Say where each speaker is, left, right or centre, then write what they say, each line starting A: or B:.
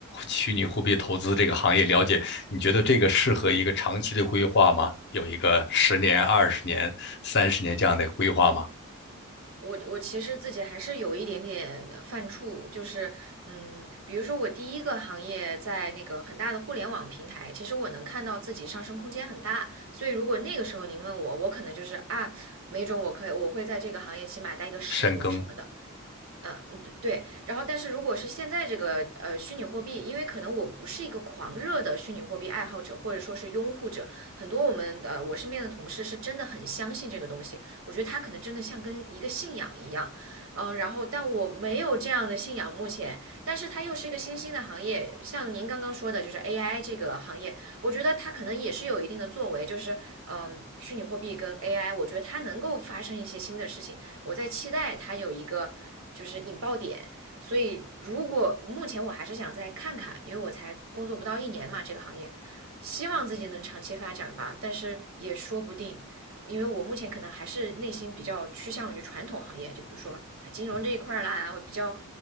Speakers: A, on the left; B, on the right.
A: 虚拟货币投资这个行业了解，你觉得这个适合一个长期的规划吗？有一个十年、二十年、三十年这样的规划吗？
B: 我我其实自己还是有一点点犯怵，就是嗯，比如说我第一个行业在那个很大的互联网平台，其实我能看到自己上升空间很大，所以如果那个时候您问我，我可能就是啊，没准我可以我会在这个行业起码待个十年什么的。
A: 深耕。
B: 呃，嗯对对，然后但是如果是现在这个呃虚拟货币，因为可能我不是一个狂热的虚拟货币爱好者或者说是拥护者，很多我们呃我身边的同事是真的很相信这个东西，我觉得他可能真的像跟一个信仰一样，嗯、然后但我没有这样的信仰目前，但是它又是一个新兴的行业，像您刚刚说的，就是 AI 这个行业，我觉得它可能也是有一定的作为，就是嗯、呃虚拟货币跟 AI，我觉得它能够发生一些新的事情。我在期待它有一个就是引爆点。所以，如果目前我还是想再看看，因为我才工作不到一年嘛，这个行业，希望自己能长期发展吧。但是也说不定，因为我目前可能还是内心比较趋向于传统行业，就比如说啊金融这一块儿啦，比较